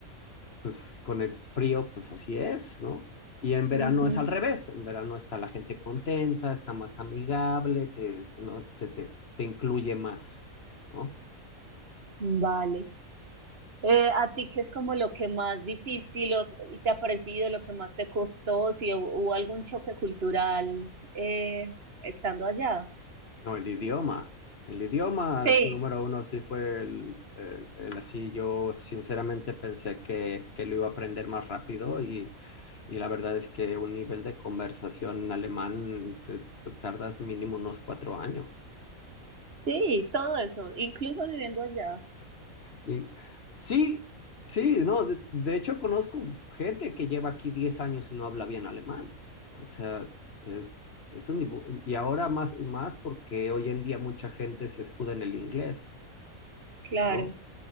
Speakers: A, on the left (about 50°); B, on the right (about 45°).
A: pues con el frío, pues así es, ¿no? Y en verano
B: Ujú,
A: es al revés, en verano está la gente contenta, está más amigable, te, ¿no? te, te, te incluye más, ¿no?
B: Vale. Eh, ¿a ti qué es como lo que más difícil o- y te ha parecido, lo que más te costó, si hu- hubo algún choque cultural eh, estando allá?
A: No, el idioma. El idioma
B: Sí,
A: número uno sí fue el, el- el así. Yo sinceramente pensé que, que lo iba a aprender más rápido y, Y la verdad es que un nivel de conversación alemán te- te tardas mínimo unos cuatro años.
B: sí, todo eso, incluso viviendo allá,
A: Y sí, sí, no, de, de hecho conozco gente que lleva aquí 10 años y no habla bien alemán. O sea, es, es un... nivo- Y ahora más, más porque hoy en día mucha gente se escuda en el inglés,
B: claro.
A: ¿no?